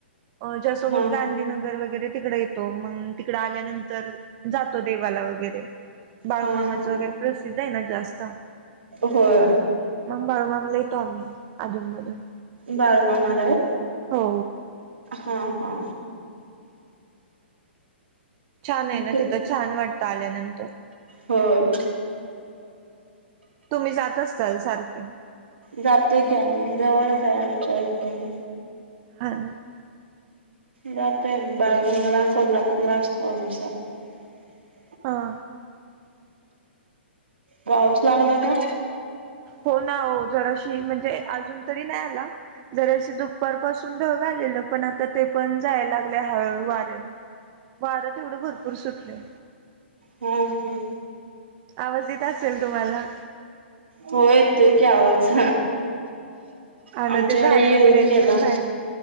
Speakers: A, on the right; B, on the right.
A: अ ज्यासमोर
B: हा
A: गांधीनगर वगैरे तिकडे तो मंग तिकड आल्यानंतर जातो देवाला वगैरे बाळूमामाच
B: हा हा
A: वगैरे प्रसिद्ध हाय ना जास्त
B: होय
A: मंग बाळूमामा ला येतो आम्ही अधून मधून
B: बाळू मामाला व्हय.
A: हो.
B: हा हा
A: छान ये ना
B: ते
A: तिथं छान वाटतं आल्यानंतर
B: होय.
A: तुम्ही जात असताल सारखे
B: जातोय की आम्ही जवळच हाय आमच्या इथून
A: हा ना
B: जातोय बाळूमामा ला कोल्हापूरला असतो आम्ही सारख
A: हा.
B: पाऊस लागला का?
A: हो ना आहो जराशी म्हणजे अजून तरी नाय आला जराशी दुपार पाासून ढग आलेल. पण आता ते पण जायला लागलय हळू हळू वाऱ्यान वारं तेवढं भरपूर सुटलंय.
B: हो हूं
A: आवाज येत असेल तुम्हाला
B: हो येतोय की आवाज
A: आणि
B: आमच्याकडे
A: ते झाडे
B: येऊन
A: वगैरे आहेत
B: गेला.
A: ना बाहेर